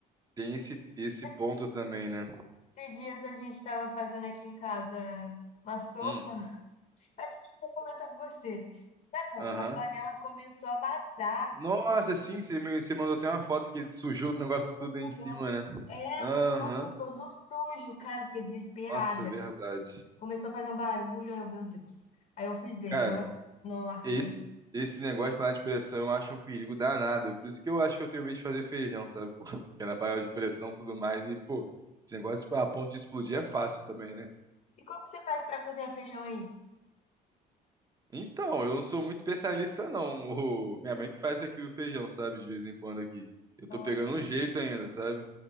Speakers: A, on the right; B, on the left.
A: tem esse,
B: <laughs>
A: esse ponto também, né?
B: Esses dias a gente tava fazendo aqui em casa uma sopa.
A: Hum.
B: Acho que vou comentar com você. Cara,
A: Aham.
B: a panela começou a vazar
A: Nossa,
B: e
A: sim, você me, você mandou até uma foto que sujou o negócio tudo
B: o fogão.
A: em cima, né?
B: É,
A: Aham.
B: o fogão ficou todo sujo, cara. Eu Fiquei desesperada.
A: Nossa, verdade.
B: Começou a fazer um barulho. Aí, eu, meu Deus. Aí eu fui ver,
A: Cara,
B: tava. assim, Nossa.
A: esse, esse negócio de panela de pressão eu acho um perigo danado. Por isso que eu acho que eu tenho medo de fazer feijão, sabe? Pô, <laughs> que era panela de pressão e tudo mais. E, pô, esse negócio a ponto de explodir é fácil também, né?
B: E como que você faz pra cozinhar feijão aí?
A: Então, eu não sou muito especialista, não. O- minha mãe que faz aqui, o feijão, sabe? De vez em quando aqui. Eu tô
B: Ah,
A: pegando
B: tá.
A: um jeito ainda, sabe?